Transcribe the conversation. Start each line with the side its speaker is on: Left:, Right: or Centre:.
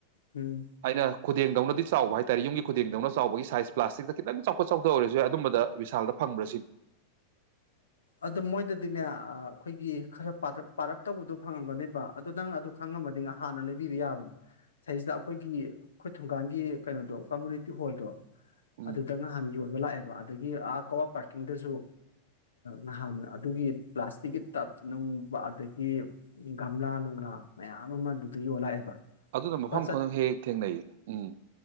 Left: ꯎꯝ
Right: ꯑꯩꯅ ꯈꯨꯗꯦꯡꯗꯧꯅꯗꯤ ꯆꯥꯎꯕ ꯍꯥꯏꯇꯥꯥꯔꯦ ꯌꯨꯝꯒꯤ ꯈꯨꯗꯦꯡꯗꯧꯅ ꯆꯥꯎꯕꯒꯤ ꯁꯥꯏꯖ ꯄ꯭ꯂꯥꯁꯇꯤꯛꯇ ꯈꯤꯇꯪ ꯆꯥꯎꯈꯠ ꯆꯥꯎꯊ ꯑꯣꯏꯔꯁꯨ ꯌꯥ ꯑꯗꯨꯝꯕꯗ ꯕꯤꯚꯤꯁꯥꯜꯗ ꯐꯪꯕ꯭ꯔꯥ ꯁꯤꯅꯤ
Left: ꯑꯗꯨꯗ ꯃꯣꯏꯗꯗꯤꯅꯦ ꯑꯩꯈꯣꯏꯒꯤ ꯈꯔ ꯄ ꯄꯥꯔꯞ ꯇꯧꯕꯗꯣ ꯐꯪꯉꯝꯒꯅꯦꯕ ꯑꯗꯣ ꯅꯪꯅ ꯑꯗꯨ ꯈꯪꯉꯝꯃꯅꯤ ꯍꯥꯟꯅ ꯂꯩꯕꯤꯕ ꯌꯥꯕꯅꯦ ꯁꯤꯁꯤꯗ ꯑꯩꯈꯣꯏꯒꯤ ꯑꯩꯈꯣꯏ ꯊꯣꯡꯒꯥꯟꯒꯤ ꯀꯩꯅꯣꯗꯣ ꯀꯝꯃꯨꯅꯤꯇꯤ ꯍꯣꯜꯗꯣ
Right: ꯎꯝ
Left: ꯑꯗꯨꯗ ꯅꯍꯥꯟ ꯌꯣꯟꯕ ꯂꯥꯛꯑꯦ ꯑꯗꯒꯤ ꯑ ꯀꯋꯥ ꯄꯥꯔꯀꯤꯡꯗꯁꯨ ꯅꯍꯥꯟ ꯑꯗꯨꯒꯤ ꯄ꯭ꯂꯥꯁꯇꯤꯛꯀꯤ ꯇꯞ ꯅꯨꯡꯕ ꯑꯗꯒꯤ ꯒꯝꯂꯥ ꯅꯨꯡꯂꯥ ꯃꯌꯥꯝ ꯑꯃ ꯑꯗꯨꯗ ꯌꯣꯜꯂꯛꯑꯦꯕ
Right: ꯑꯗꯨꯅ
Left: ꯂꯨꯄꯥ
Right: ꯃꯐꯝ ꯈꯡ ꯍꯦꯛ ꯊꯦꯡꯅꯩ ꯎꯝ